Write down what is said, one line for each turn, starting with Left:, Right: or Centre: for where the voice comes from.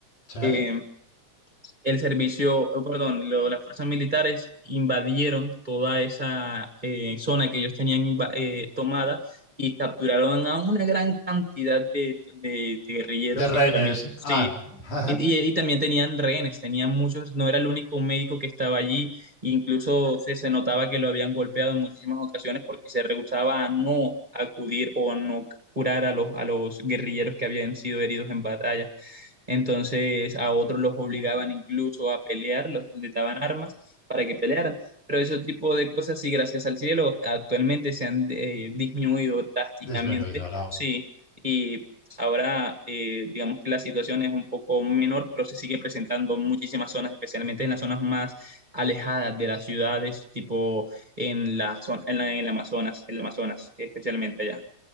Left: Sí.
Right: Eh, el servicio, oh, perdón, lo- las fuerzas militares invadieron toda esa eh, zona que ellos tenían inva- eh, tomada y capturaron a una gran cantidad de, de- de guerrilleros
Left: De rehenes.
Right: y paramil- Sí.
Left: Ah. <laughs>
Right: Y, y también tenían rehenes, tenían muchos, no era el único médico que estaba allí, incluso se, se notaba que lo habían golpeado en muchísimas ocasiones porque se rehusaba a no acudir o a no curar a los, a los guerrilleros que habían sido heridos en batalla. Entonces a otros los obligaban incluso a pelear, los- les daban armas para que pelearan. Pero ese tipo de cosas, sí, gracias al cielo, actualmente se han eh, disminuido drásticamente,
Left: Desmenudo, no.
Right: sí. Y ahora, eh, digamos que la situación es un poco menor, pero se sigue presentando en muchísimas zonas, especialmente en las zonas más alejadas de las ciudades, tipo en la zona, en la, en el Amazonas, en el Amazonas, especialmente allá.